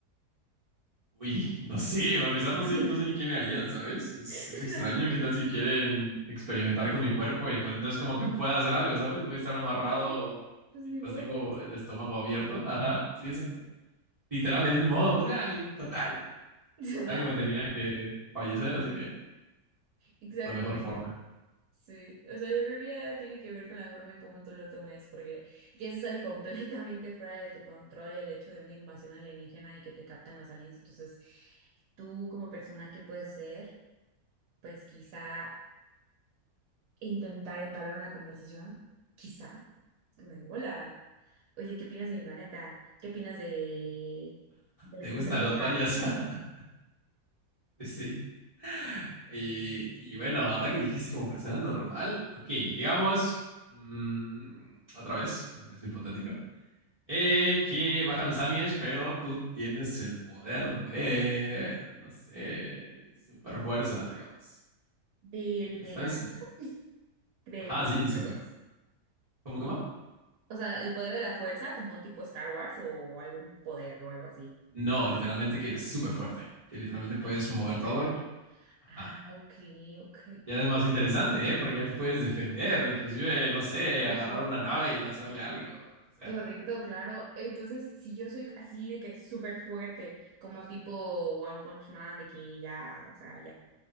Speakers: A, on the right; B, on the right.
A: Uy, <laughs> no sé, a empezar,
B: <laughs>
A: no sé, no sé ni qué me harían, ¿sabes? Es,
B: Exacto,
A: es extraño, ¿qué tal si quieren experimentar con mi cuerpo? Y pues no es como que pueda hacer algo, ¿sabes? Voy a estar amarrado
B: pues, sí, pues
A: mientras
B: ni modo,
A: tengo
B: o sea.
A: el estómago abierto. Ajá, sí, exacto. Literal, es ni modo, pues ya, y total.
B: <laughs> Total,
A: De Algo me tenía que fallecer, así que
B: exacto.
A: es la mejor forma.
B: Sí, o sea, yo creo que ya tiene que ver con la forma en cómo tú lo tomes, porque ya se sale <laughs> completamente fuera de tu control el hecho de una invasión alienígena y que te captan los aliens. Entonces, tú como persona, ¿qué puedes hacer, Pues quizá intentar entablar una conversación, quizá. Es que me digo, hola, oye, ¿qué opinas de mi planeta? ¿Qué opinas de del calentamiento
A: ¿Te gustan
B: global?
A: las playas? <laughs> Sí. Y, y bueno, ahora que dijiste como persona normal, ok, digamos, mm, otra vez, en un caso hipotético, eh, que bajan los aliens, pero tú tienes el poder de, no sé, super fuerza, digamos.
B: ¿Del
A: Ya
B: de
A: sabes
B: la <laughs>
A: que,
B: de
A: ajá,
B: cómo
A: sí,
B: estamos?
A: super. ¿Cómo, cómo?
B: O sea, el poder de la fuerza, como tipo Star Wars o algún poder o algo así.
A: No, literalmente que eres súper fuerte, que literalmente puedes
B: Eso
A: mover
B: es súper
A: todo.
B: fuerte.
A: Ajá.
B: Ah, ok, ok.
A: Ya es más
B: Pues,
A: interesante, ¿eh? Porque ya te puedes defender, inclusive, no sé,
B: Es cierto,
A: agarrar
B: es
A: una
B: cierto.
A: nave y lanzarle algo, o lo que sea.
B: Correcto, claro. Entonces, si yo soy así de que súper fuerte, como tipo One Punch Man, de que ya, o sea, ya.